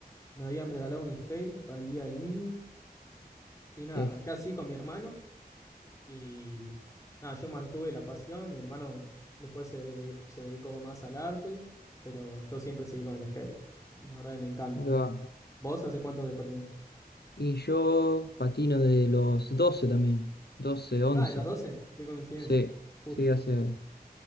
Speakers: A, on the left; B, on the left.
A: me habían regalado un skate para el Día del Niño. Y nada,
B: Sí.
A: arranqué así con mi hermano y nada, yo mantuve la pasión, mi hermano después se, de- se dedicó más al arte, pero yo siempre seguí con el skate. La verdad que me encanta.
B: ¿Cómo te va?
A: ¿Vos hace cuánto que patinás?
B: Y yo patino de los 12 también. doce, 11.
A: Ah, de los 12 qué coincidencia,
B: Sí,
A: justo.
B: sí, hace.